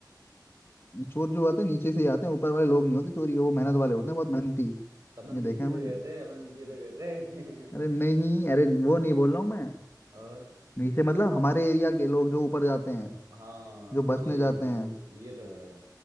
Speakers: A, on the left; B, on the right.
A: चोर जो होते हैं नीचे से ही आते हैं ऊपर वाले लोग नहीं होते चोरी के वो मेहनत वाले होते हैं बहुत मेहनती
B: तो अपना नीचे
A: ये देखा
B: ही
A: है
B: तो
A: मैंने
B: गए थे अपना नीचे ही तो गए थे
A: अरे नहीं अरे वो नहीं बोल रहा हूँ मैं
B: <laughs> और
A: नीचे मतलब हमारे एरिया के लोग जो ऊपर जाते हैं
B: हाँ
A: जो
B: ये
A: बसने जाते हैं
B: ये तो ये तो है